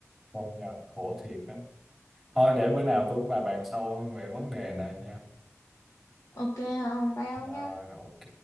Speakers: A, in the centre; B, on the left (about 85°).
A: công nhận khổ thiệt á thôi để bữa nào tôi với bà bàn sâu hơn về vấn đề này nha
B: Ok không? Bao
A: rồi
B: nhá.
A: ok